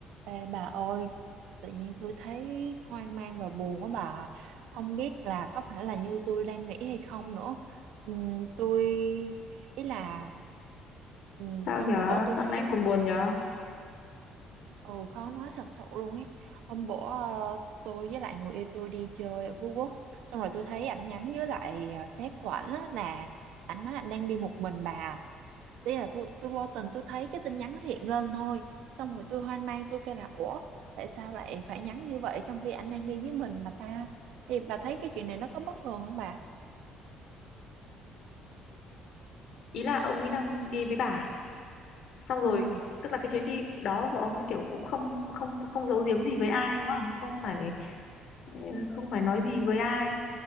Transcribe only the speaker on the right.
Ê, bà ơi, tự nhiên tôi thấy hoang mang và buồn quá bà. Không biết là có phải là như tôi đang nghĩ hay không nữa. Ừm, tôi ý là ừm,
hôm
bữa tôi
thấy
ừ khó nói thật sự luôn ấy. Hôm bữa ờ, tôi với lại người yêu tôi đi chơi ở Phú Quốc, xong rồi tôi thấy ảnh nhắn với lại ờ, sếp của ảnh á là ảnh nói ảnh đang đi một mình bà đây là vô, tôi vô tình tôi thấy cái tin nhắn nó hiện lên thôi xong rồi tôi hoang mang tôi kêu là ủa tại sao lại phải nhắn như vậy trong khi ảnh đang đi với mình mà ta thì bà thấy cái chuyện này nó có bất thường không bà
ừ